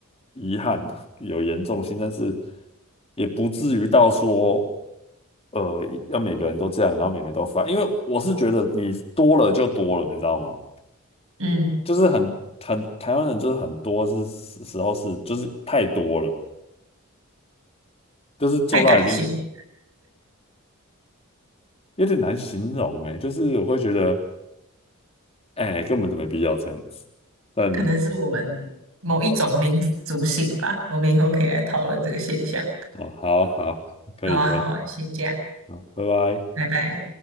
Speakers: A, on the left (about 30°); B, on the right (about 70°).
A: 遗憾，有严重性，但是也不至于到说，呃，要每个人都这样，然后每个人都发。因为我是觉得你多了就多了，你知道吗？
B: 嗯，
A: 就是很很台湾人就是很多是时时候是就是太多了，就是做到已经
B: 太感性，
A: 有点难形容呢。就是我会觉得，哎、根本就没必要这样子。但
B: 可能是我们某一种民族性吧。我们以后可以来讨论这个现象。
A: 哦，好好，可以可以。
B: 好啊，好啊，先这样，
A: 好，拜拜。
B: 拜拜。